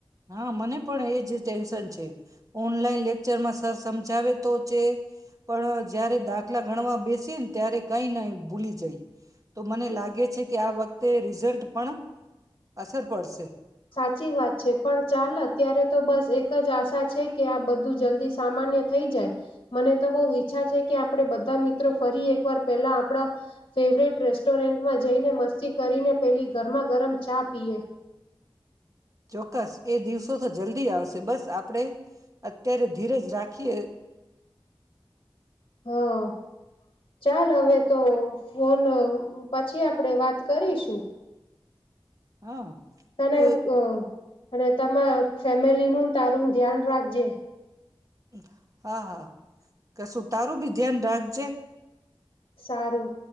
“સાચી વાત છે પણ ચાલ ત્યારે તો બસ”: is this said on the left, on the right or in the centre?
Left